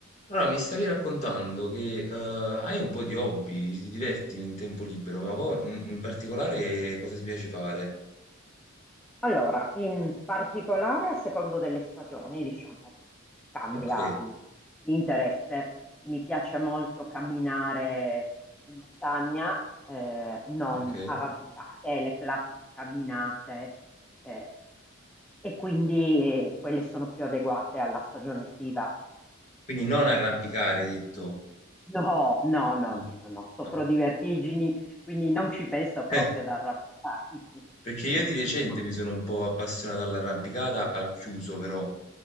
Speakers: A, on the left (about 35°); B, in the centre.
A: Allora, mi stavi raccontando che eh, hai un po' di hobby, ti diverti nel tempo libero, ma poi in, in particolare cosa ti piace fare?
B: Allora, in particolare a secondo delle stagioni, diciamo, cambia
A: Ok,
B: l- l'interesse. Mi piace molto camminare in montagna, eh, non
A: ok.
B: arrampicate, le classiche camminate, eh, e quindi eh, quelle sono più adeguate alla stagione estiva.
A: Quindi non
B: Perché...
A: arrampicare, hai detto.
B: No, no, no,
A: No,
B: no, no, no, soffro
A: no. <laughs>
B: di vertigini, quindi non ci penso proprio
A: Eh,
B: ad arrampicarmi.
A: perché io
B: <laughs> No,
A: di recente
B: no.
A: mi sono un po' appassionato all'arrampicata al chiuso, però.